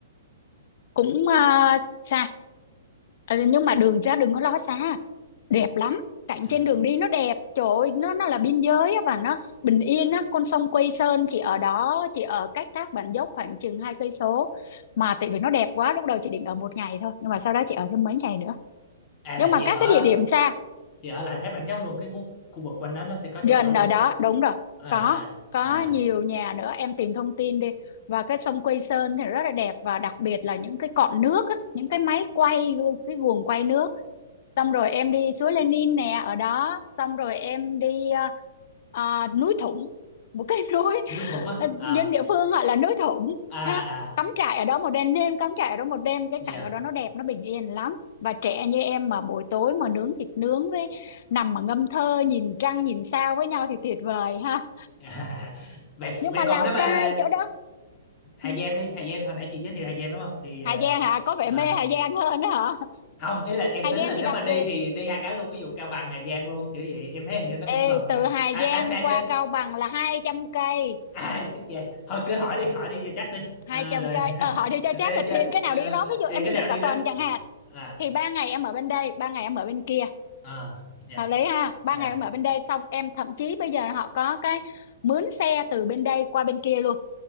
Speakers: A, on the left; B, on the left.
A: cũng à, xa. Ừ, nhưng mà đường ra đừng có lo xa, đẹp lắm. Cảnh
B: à,
A: trên đường đi nó đẹp, trời ơi, nó nó là biên giới á, và nó bình yên á, con sông Quây Sơn chỉ ở đó, chỉ ở cách Thác Bản Dốc khoảng chừng hai cây số. Mà tại vì nó đẹp quá, lúc đầu chị định ở một ngày thôi, nhưng mà sau đó chị ở thêm mấy ngày nữa.
B: à
A: Nhưng
B: là
A: mà
B: chị
A: các
B: ở
A: cái địa điểm xa
B: chị ở lại thác Bản Dốc luôn cái khu khu vực quanh đó nó sẽ có
A: gần
B: chỗ ở luôn
A: ở đó đúng rồi
B: à
A: có
B: à
A: có
B: à
A: nhiều nhà nữa em tìm thông tin đi và cái sông Quây Sơn thì rất là đẹp và đặc biệt là những cái cọn nước á, những cái máy quay cái guồng quay nước xong rồi em đi suối Lenin nè ở đó xong rồi em đi ờ, ờ, núi Thủng một cái <laughs> núi
B: núi Thủng á
A: ờ,
B: à
A: dân địa phương gọi là núi Thủng
B: à
A: ha
B: à
A: cắm trại ở đó một đêm nên cắm trại ở đó một đêm cái
B: dạ
A: cảnh ở đó nó đẹp nó bình yên lắm và trẻ như em mà buổi tối mà nướng thịt nướng với nằm mà ngâm thơ nhìn trăng nhìn sao với nhau thì tuyệt vời ha
B: <laughs> vậy
A: nhưng
B: vậy
A: mà
B: còn
A: Lào
B: nếu
A: Cai
B: mà
A: chỗ đó
B: Hà
A: ừ,
B: Giang đi Hà Giang hồi nãy chị giới thiệu Hà Giang đúng không thì
A: Hà Giang hả có vẻ
B: ờ,
A: mê Hà Giang hơn đó hả
B: không ý là em
A: Hà
B: tính
A: Giang
B: là nếu
A: thì đặc
B: mà đi
A: biệt
B: thì đi hai cái luôn ví dụ Cao Bằng Hà Giang luôn kiểu vậy em thấy hình như nó cũng gần
A: Ê, từ
B: nha
A: Hà
B: à,
A: Giang
B: à xa
A: qua
B: chứ
A: Cao Bằng là 200 cây
B: à chứ chà thôi cứ hỏi đi hỏi đi cho chắc đi à,
A: hai trăm
B: rồi
A: cây ờ, hỏi đi cho
B: <laughs>
A: chắc
B: đây
A: là
B: chứ
A: tiện cái
B: ờ,
A: nào đi cái đó ví dụ
B: tiền
A: em
B: cái
A: đi
B: nào
A: được
B: đi
A: cả tuần
B: đó
A: chẳng hạn
B: à
A: thì ba ngày em ở bên đây ba ngày em ở bên kia
B: à dạ
A: hợp lý ha ba
B: dạ
A: ngày em ở bên đây xong em thậm chí bây giờ họ có cái mướn xe từ bên đây qua bên kia luôn